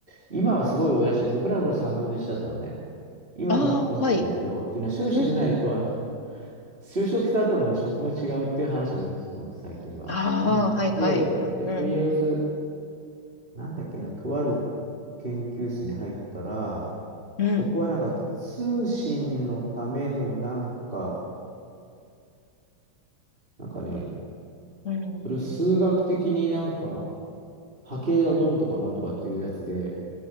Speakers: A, on the right; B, on the left.
A: 今はすごい多いらしい。僕らの頃3分の1だったのね。今はもっと多いみたいだけど、
B: ああ、はい。
A: っていうのは修士出ないと、
B: うん。
A: あの就職した後の職が違うっていう話もよく聞くの、最近は。
B: ああ、
A: うん。
B: はいはい。
A: で、で、
B: うん、
A: とりあえず、なんだっけな、とある研究室に入ったら、
B: うん、
A: そこはなんか通信のためのなんか、なんかね、
B: うん。
A: それを数学的になんか波形がどうとかなんとかっていうやつで、